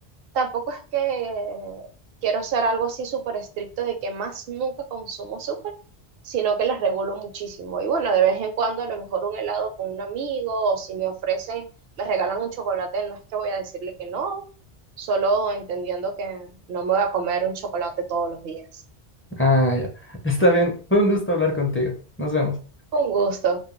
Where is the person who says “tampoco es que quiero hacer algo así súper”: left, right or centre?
Right